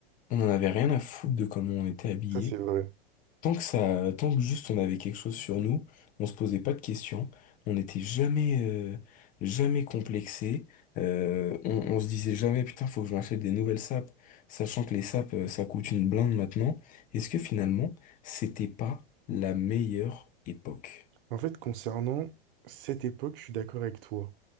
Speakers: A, on the left; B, on the right.
A: on en avait rien à foutre de comment on était habillé.
B: ça, c'est vrai.
A: Tant que ça, tant que juste on avait quelque chose sur nous, on se posait pas de questions, on n'était jamais, euh, jamais complexé, euh, on, on se disait jamais putain faut que je m'achète des nouvelles sapes, sachant que les sapes euh, ça coûte une blinde maintenant. Est-ce que finalement c'était pas la meilleure époque?
B: En fait, concernant cette époque, je suis d'accord avec toi.